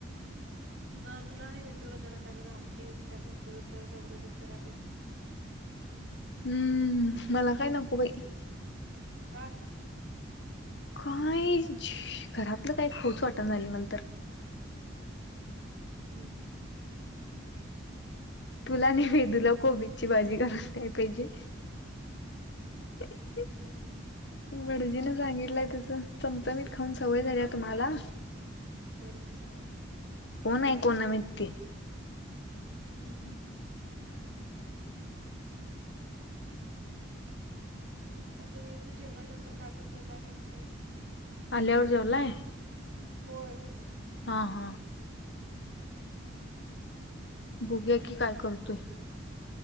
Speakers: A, on the right; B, on the left.
A: तुझा तुला नाहीे बाई दुरचं जरा का जरा आमटी काय त बघ रबरबीत कराय पाहिजे.
B: हम्म मला काय नको बाई.
A: का?
B: काय घरातलं काय खाऊच वाटणा झालयं मला तर.
A: हम्म.
B: तुला ने तुला कोबीजची भाजी करून द्याय पाहिजे हं.
A: हम्म.
B: भटजीनं सांगितलाय तसं चमचमीत खाऊन सवय झालीया तुम्हाला.
A: भडजी नव्हं हं हं.
B: कोण आहे कोणमितती
A: हम्म. बर बर आता वेदू जेवलाय नंतर काय करतोय काय माहिती नाही बाई.
B: आल्यावर जेवलाय?
A: होय.
B: हा हा. बघूया की काय करतोय.